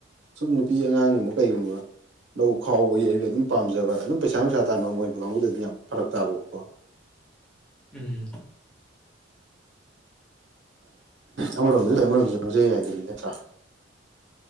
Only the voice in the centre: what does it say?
<inaudible> <unintelligible> ꯎꯝ